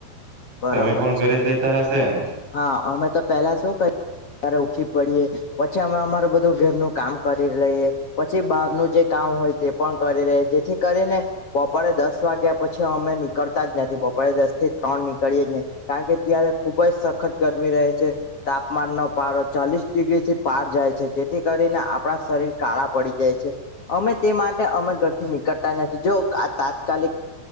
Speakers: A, on the left (about 60°); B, on the right (about 70°).
A: બરાબર
B: તમે પણ
A: છે.
B: ઘરે જ રેતા હશે ને
A: હા અમે તો પેલા શુંકરવા ઉઠી પડીએ. પછી અમે અમારું બધું ઘરનું. કામ કરી રહીએ પછી બહારનું જે કામ હોય તે પણ કરી રહીએ જેથી કરીને બપોરે દસ વાગ્યા પછી અમે નીકળતા જ નથી બપોરે દસ થી ત્રણ ની. કરીએ જ નહી કારણ કે ત્યારે ખુબ જ સખત ગરમી રહે છે તાપમાનનો પારો ચાલીસ ડિગ્રીથી પાર જાય છે જેથી કરીને આપણા શરીર કાળા પડી જાય છે. અમે તે માટે અમે ઘરથી નીકળતા નથી. જોવો આ તાપ ને. તાતકાલીિક.